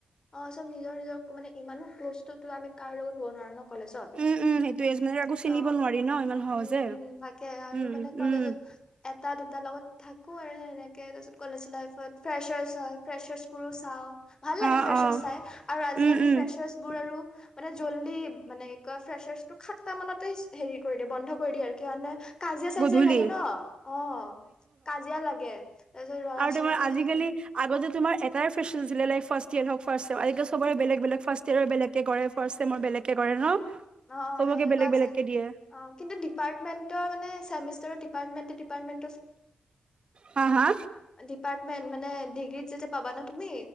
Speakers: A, on the left; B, on the right.
A: অ, চব নিজৰ নিজৰ মানে ইমানো ক্ল'জটোতো আমি কাৰো লগত হব নোৱাৰো ন। কলেজত
B: উম উম সেইটোয়ে মানে কাকো
A: ত।
B: চিনিব নোৱাৰি ন ইমান সহজে
A: উম, উম তাকে আৰু
B: উম
A: মানে কলেজত।
B: উম
A: এটা দুটাৰ লগত থাকো আৰু সেনেকে তাৰপিছত কলেজ লাইফত ফ্ৰেচাৰ্চ হয় ফ্ৰেচাৰ্চবোৰো চাওঁ। ভাল লাগে
B: অ
A: ফ্ৰেচাৰছ
B: অ
A: চাই আৰু আজিকালি
B: উম উম
A: ফ্ৰেচাৰছ বোৰ আৰু মানে জল্দি মানে ফ্ৰেটো সাতটা মানতে হেৰি কৰি দিয়ে বন্ধ কৰি দিয়ে আৰু কে কাজিয়া-চাজিয়া
B: গধূলি
A: লাগে ন অ কাজিয়া লাগে। তাৰ পিছত ছত ৰৰাা
B: আৰু তোমাৰ
A: চৰা কিবা
B: আজিকালি
A: কি
B: আগতে তোমাৰ এটাৰে ল ফাৰ ইয়াৰ হ ফে চবৰে বেগ বেগ ফাৰ্ ইয়ৰ বেলেগে কৰে ফেগ একে কৰে ন
A: অ'
B: চবকে
A: সেনেকোৱা
B: বেলেগ
A: আছে।
B: বেলেগকে দিয়ে
A: অ, কিন্তুি দীপাৰেটৰ মানাৰ। ডিপাৰমেন।
B: হা হা
A: ডিপাৰ্টমেন্টৰ মানে ডিগ্ৰীত যেতিয়া পাবা ন তুমি